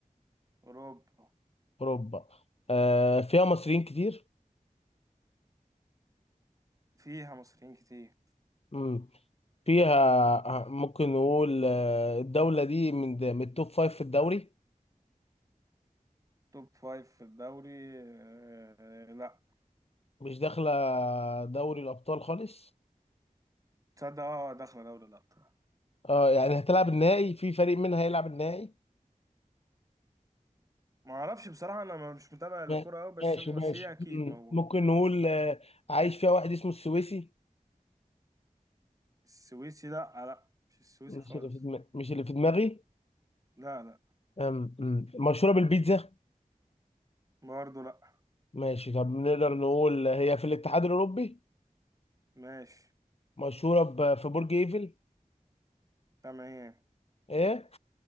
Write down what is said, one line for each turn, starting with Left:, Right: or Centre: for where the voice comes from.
Right: أوروبا
Left: أوروبا آه فيها مصريين كتير
Right: فيها مصريين كتير
Left: مم. فيها آه، ممكن نقول آه، الدولة دي من د- من التوب فايف في الدوري
Right: توب فايف في الدوري آه، لا
Left: مش داخلة دوري الأبطال خالص
Right: تصدق اه آه، داخله دوري الابطال
Left: اه يعني هتلعب النهائي في فريق منها هيلعب النهائي
Right: ما اعرفش بصراحه انا ما- مش متابع الكوره
Left: ما-
Right: قوي بس
Left: ماشي
Right: هم-
Left: ماشي
Right: بس هي اكيد
Left: مم.
Right: موجود
Left: ممكن نقول آه، عايش فيها واحد اسمه السويسي
Right: السويسي لا آه، لا مش السويسي
Left: مش
Right: خالص
Left: اللي في دماغي مش اللي في دماغي
Right: لا لا
Left: أم- أم. مشهورة بالبيتزا
Right: برضه لا
Left: ماشي طب نقدر نقول هي في الاتحاد الأوروبي
Right: ماشي
Left: مشهورة ب- في برج إيفل
Right: تمام
Left: إيه؟